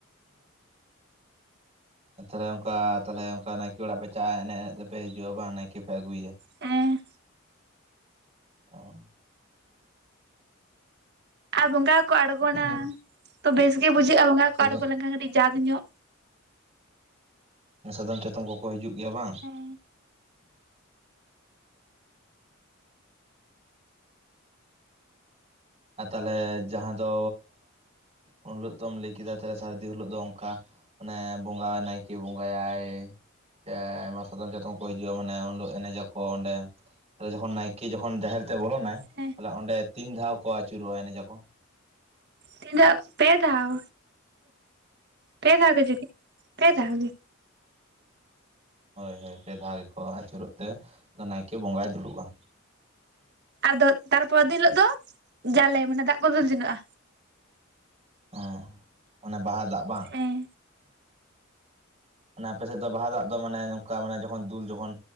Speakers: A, on the right; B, on the right.
A: ᱛᱟᱦᱚᱞᱮ ᱚᱱᱠᱟ ᱛᱟᱦᱚᱞᱮ ᱚᱱᱠᱟ ᱱᱟᱭᱠᱮ ᱚᱲᱟᱜ ᱯᱮ ᱪᱟᱜ-ᱟ ᱮᱱᱮᱡ ᱮᱱᱮᱡ ᱛᱮᱯᱮ ᱦᱤᱡᱩᱜ-ᱟ ᱵᱟ ᱱᱟᱭᱠᱮ ᱯᱮ ᱟᱹᱜᱩᱮᱭᱟ
B: ᱮ
A: ᱚ
B: ᱟᱨ ᱵᱚᱸᱜᱟᱠᱚ ᱟᱬᱜᱚᱱᱟ
A: ᱦᱮᱸ
B: ᱛᱚ ᱵᱮᱥ ᱜᱮ ᱵᱩᱡᱷᱟᱹᱜ-ᱟ ᱵᱚᱸᱜᱟ
A: ᱥᱟᱫᱚᱢ
B: ᱠᱚ ᱟᱬᱜᱚ ᱞᱮᱱᱠᱷᱟᱱ ᱠᱟᱹᱴᱤᱡ ᱡᱟᱠ ᱧᱚᱜ
A: ᱥᱟᱫᱚᱢ ᱪᱟᱛᱚᱢ ᱠᱚᱠᱚ ᱦᱤᱡᱩᱜ ᱜᱮᱭᱟ ᱵᱟᱝ
B: ᱦᱮᱸ
A: ᱟᱨ ᱛᱟᱦᱚᱞᱮ ᱡᱟᱦᱟᱸ ᱫᱚ ᱩᱱ ᱦᱤᱞᱳᱜ ᱫᱚᱚᱢ ᱞᱟᱹᱭ ᱠᱮᱫᱟ ᱛᱟᱦᱞᱮ ᱥᱟᱹᱨᱫᱤ ᱦᱤᱞᱳᱜ ᱫᱚ ᱚᱱᱠᱟ ᱢᱟᱱᱮ ᱵᱚᱸᱜᱟ ᱱᱟᱭᱠᱮ ᱵᱚᱸᱜᱟ ᱭᱟᱭ ᱥᱮ ᱟᱭᱢᱟ ᱥᱟᱛᱚᱢ ᱪᱟᱛᱚᱢ ᱠᱚ ᱦᱤᱡᱩᱜ-ᱟ ᱢᱟᱱᱮ ᱩᱱ ᱦᱤᱞᱳᱜ ᱮᱱᱮᱡ ᱟᱠᱚ ᱚᱰᱮ ᱛᱟᱦᱞᱮ ᱡᱚᱠᱷᱚᱱ ᱱᱟᱭᱠᱮ ᱡᱚᱠᱷᱚᱱ ᱡᱟᱦᱮᱨ ᱛᱮᱭ ᱵᱚᱞᱚᱱᱟᱭ
B: ᱦᱮᱸ
A: ᱛᱟᱦᱞᱮ ᱚᱸᱰᱮ ᱛᱤᱱ ᱫᱷᱟᱣ ᱠᱚ ᱟᱹᱪᱩᱨᱚᱜ-ᱟ ᱮᱱᱮᱡᱟ ᱠᱚ?
B: ᱛᱤᱱ ᱫᱷᱟ ᱯᱮ ᱫᱷᱟᱣ ᱯᱮ ᱫᱷᱟᱣ ᱜᱮ ᱡᱫᱤ ᱯᱮ ᱫᱷᱟᱣ ᱜᱮ
A: ᱦᱳᱭ ᱦᱳᱭ ᱯᱮ ᱫᱷᱟᱣ ᱜᱮᱠᱚ ᱟᱹᱪᱩᱨᱚᱜ ᱛᱮ ᱱᱟᱭᱠᱮ ᱵᱚᱸᱜᱟᱭ ᱫᱩᱲᱩᱵ-ᱟ
B: ᱟᱫᱚ ᱛᱟᱨᱯᱚᱨᱤᱱ ᱦᱤᱞᱳᱜ ᱫᱚ ᱡᱟᱞᱮ ᱢᱟᱱᱮ ᱫᱟᱜ ᱠᱩ ᱫᱩᱞ ᱡᱚᱱᱟᱜ-ᱟ
A: ᱦᱮ ᱚᱱᱮ ᱵᱟᱦᱟ ᱫᱟᱜ ᱵᱟᱝ?
B: ᱦᱮᱸ
A: ᱚᱱᱮ ᱢᱟᱱᱮ ᱟᱯᱮ ᱥᱮᱫ ᱫᱚ ᱵᱟᱦᱟ ᱫᱟᱜ ᱫᱚ ᱢᱟᱱᱮ ᱚᱱᱠᱟ ᱢᱟᱱᱮ ᱡᱠᱷᱚᱱ ᱫᱩᱞ ᱡᱚᱠᱷᱚᱱ